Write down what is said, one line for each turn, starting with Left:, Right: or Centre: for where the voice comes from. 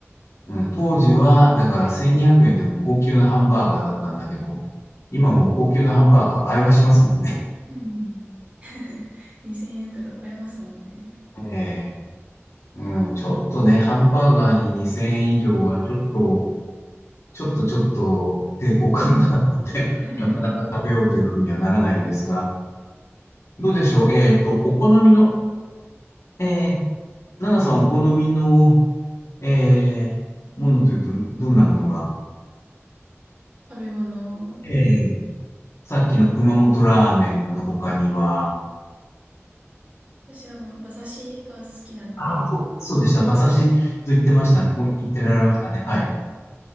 Left: うん、当時は、だから1200円でも高級なハンバーガーだったんだけど、今もう高級なハンバーガー倍はしますもんね。
Right: うん。<laughs> 2000円とか超えますもんね。
Left: ええうん、ちょっとね、ハンバーガーに2000円以上はちょっと、ちょっとちょっと抵抗感があるので、
Right: うん。<laughs>
Left: <laughs> なかなか食べようというふうにはならないんですが、どうでしょう。えっと、お好みの、えー、ナナさんお好みの、えー、ものというと、どんなものが
Right: 食べ物、
Left: えーさっきの熊本ラーメンの他には、
Right: まあ、私はまあ馬刺しが好きなので、
Left: ああ、そう、そうでした。馬刺しと言ってました。もう言ってられましたね。
Right: うん
Left: はい。